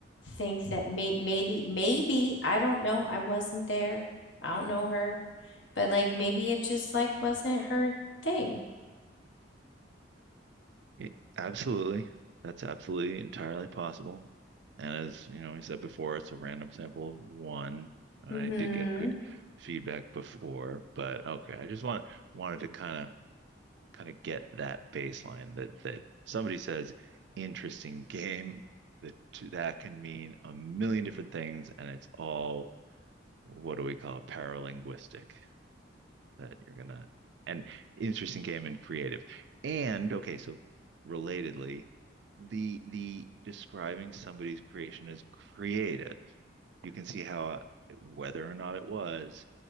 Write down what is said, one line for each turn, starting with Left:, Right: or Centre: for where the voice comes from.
Left: think that may maybe maybe I don't know. I wasn't there. I don't know her, but like maybe it just like wasn't her thing.
Right: It- absolutely. That's absolutely entirely possible. And as you know, we said before, it's a random sample of one. And
Left: hmm
Right: I did get good feedback before, but okay, I just want wanted to kind of kind of get that baseline that that somebody says interesting game that that can mean a million different things and it's all what do we call it paralinguistic that you're gonna and interesting game and creative and okay so relatedly the the describing somebody's creation as creative you can see how whether or not it was